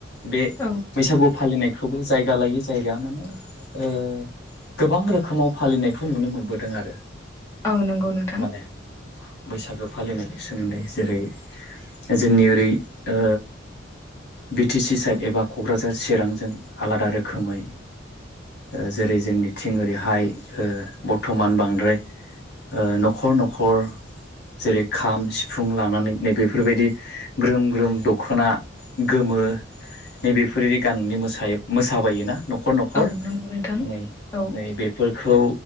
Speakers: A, on the left; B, on the left.
A: बे
B: औ
A: बैसागुआव फालिनाय खौबो जायगा लायो जायगा ओ माने गोबां रोखोमाव फालिनायखौ नुनो मोनबोदों आरो
B: औ नंगौ नोंथां
A: माने बैसागो फालिनायनि सोमोन्दै जेरै जोंनि ओरै ओ बि टि सि साइड एबा क'क्राझार चिरांजों आलादा रोखोमै ओ जेरै जोंनि थिं ओरैहाय बर्थ'मान बांद्राय न'खर न'खर जेरै खाम सिफुं लानानै नैबेफोरबायदि ग्रोम ग्रोम दख'ना गोमो नैबेफोरि गाननानै मोसायो मोसाबायोना न'खर न'खर
B: औ नंगौ नोंथां
A: नै
B: औ
A: नै बेफोरखौ